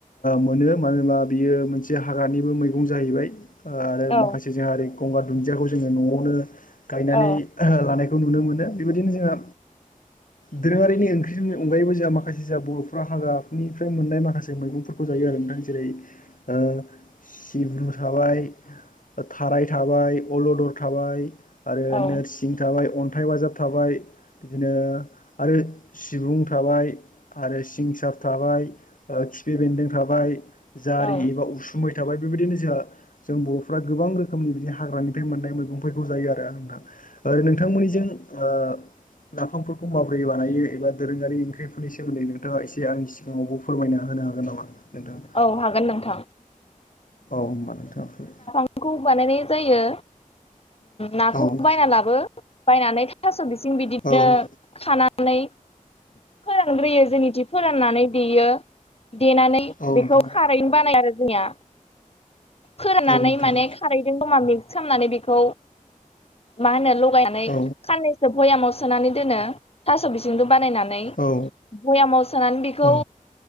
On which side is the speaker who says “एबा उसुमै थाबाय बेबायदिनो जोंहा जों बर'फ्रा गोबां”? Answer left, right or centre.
Left